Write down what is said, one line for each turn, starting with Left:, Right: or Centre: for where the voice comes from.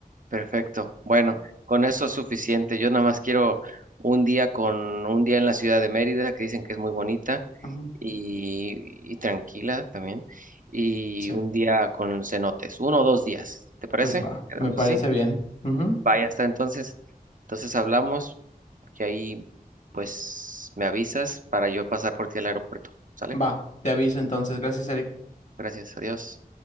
Right: Perfecto. Bueno,
Left: Ujú,
Right: con eso es suficiente. Yo nada más quiero un día con un día en la ciudad de Mérida, que dicen que es muy bonita
Left: ujú,
Right: y, y tranquila también, y
Left: Sí.
Right: un día con cenotes, uno o dos días. ¿Te parece?
Left: Pues va,
Right: ¿Quedamos
Left: me parece
Right: así?
Left: bien. Ujú.
Right: Vaya, hasta entonces. Entonces hablamos y ahí pues me avisas para yo pasar por ti al aeropuerto. ¿Sale?
Left: Va, te aviso entonces. Gracias, Eric.
Right: Gracias, adiós.